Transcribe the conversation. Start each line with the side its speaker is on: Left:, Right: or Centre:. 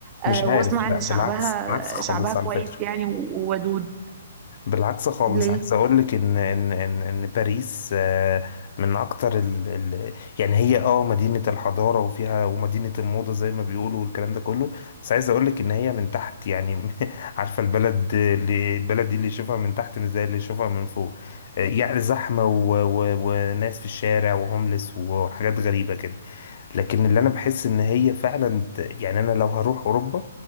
Left: مش
Right: آه
Left: عارف
Right: واسمع
Left: لا
Right: ان شعبها
Left: بالعكس بالعكس خالص
Right: شعبها كويس
Left: على فكرة
Right: يعني و- وودود
Left: بالعكس خالص
Right: ليه؟
Left: عايز اقول لك ان ان ان ان باريس آه، من اكتر ال ال يعني هي اه مدينة الحضارة وفيها ومدينة الموضة زي ما بيقولوا والكلام ده كله بس عايز اقول لك ان هي من تحت يعني <laughs> عارفة البلد اللي البلد دي اللي يشوفها من تحت مش زي اللي يشوفها من فوق آه، يعني زحمة و و وناس في الشارع وهوملس وحاجات غريبة كده لكن اللي انا بحس ان هي فعلا ت- يعني انا لو هروح اوروبا